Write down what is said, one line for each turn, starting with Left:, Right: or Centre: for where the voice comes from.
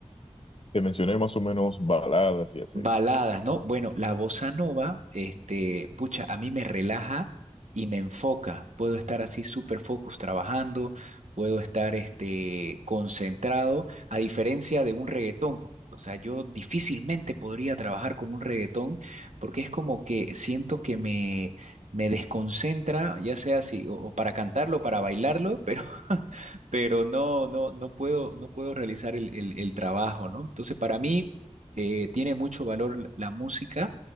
Left: Te mencioné más o menos baladas y así.
Right: Baladas, ¿no? Bueno, la bossa nova, este, pucha, a mí me relaja y me enfoca. Puedo estar así súper focus trabajando, puedo estar este, concentrado, a diferencia de un reggaetón. pues. O sea, yo difícilmente podría trabajar con un reggaetón porque es como que siento que me, me desconcentra, ya sea si, o, o para cantarlo, para bailarlo, pero, <laughs> pero no, no, no puedo, no puedo realizar el, el el trabajo, ¿no? Entonces, para mí eh, tiene mucho valor la música